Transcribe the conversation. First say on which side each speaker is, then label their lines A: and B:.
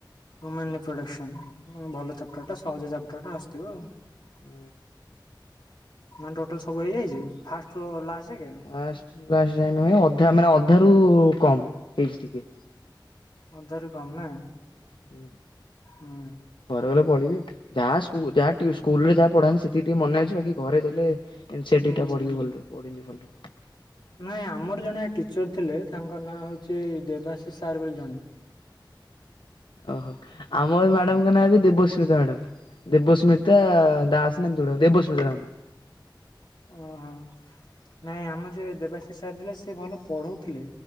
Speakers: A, on the left; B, on the left.
A: ହ୍ୟୁମାନ ରିପଡ଼କ୍ସନ ହୁଁ ଭଲ ଚାପ୍ଟର ଟା ସହଜ ଚାପ୍ଟର ଟା ଆସୁଥିବ ଆଉ,
B: ହୁଁ।
A: ମାନେ ଟୋଟାଲ ସବୁ ହେଇଯାଇଛି ଫାଷ୍ଟ ଟୁରୁ ଲାଷ୍ଟ ଯାଗେ?
B: ଫାର୍ଷ୍ଟ ରୁ ଲାଷ୍ଟ ଯାକେ ନୁହେଁ ଅଧା ମାନେ ଅଧା ରୁ କମ ହେଇଛି ଟିକେ।
A: ଅଧାରୁ କମ ନା?
B: ହୁଁ।
A: ହୁଁ।
B: ଘରେ ଗଲେ ପଢିବି ଆଉ ଯାହା ଯ ସ୍କୁଲରେ ଯାହା ପଢାହେଊଛି ସେତିି ଟିକେ ମନେ ଅଛି ବାକି ଘରେ ଗଲେ ଏନ୍ ସି
A: ହୁଁ।
B: ଡିଟା ପଢ଼ିବି ଭଲରେ ପଢ଼ିନି ଭଲରେ
A: ନାଇଁ ଆମର ଜଣେ ଟିଚର୍ ଥିଲେ ତାଙ୍କ ନାଁ ହେଉଛି ଦେବାଶିଷ ସାର୍ ବୋଲି ଜଣେ,
B: ଓହୋ ଆମର ମ୍ୟାଡାମଙ୍କ ନାଁ ବି ଦେବସ୍ମିତା ମ୍ୟାଡାମ ଦେବସ୍ମିତା ଦାସ। ଜାଣିଛୁ ନା ଦେବସ୍ମିତା ତାଙ୍କ ନାଁ
A: ଓହୋ ନାଇଁ ଆମ ଯେ ଦେବାଶିଷ୍ ସାର୍ ଥିଲେ ସେ ଭଲ ପଢଉଥିଲେ।